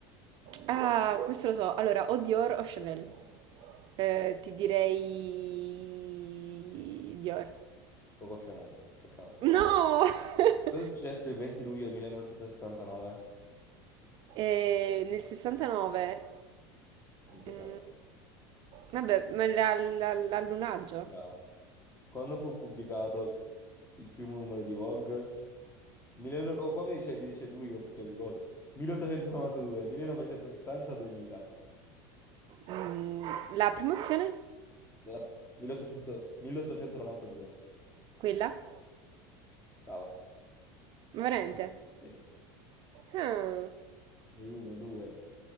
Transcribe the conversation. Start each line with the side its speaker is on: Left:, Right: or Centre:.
Right: Ah, questo lo so. Allora, o Dior o Chanel. Eh, ti direi Dior.
Left: Coco Chanel, peccato.
Right: No! <laughs>
Left: E cosa è successo il 20 luglio 1969?
Right: Eh, nel 69.
Left: Minchia,
Right: Mm,
Left: sa.
Right: vabbè, ma la- la- l'allunaggio.
Left: Brava. Quando fu pubblicato il primo numero di Vogue? Mille- Oh, qua mi dice, mi dice lui opzioni, godo. 1892, 1960, 2000.
Right: Mm, la prima opzione?
Left: La- 1800 1892.
Right: Quella?
Left: Brava.
Right: Ma Veramente?
Left: Sì.
Right: Ah,
Left: Quindi uno, due,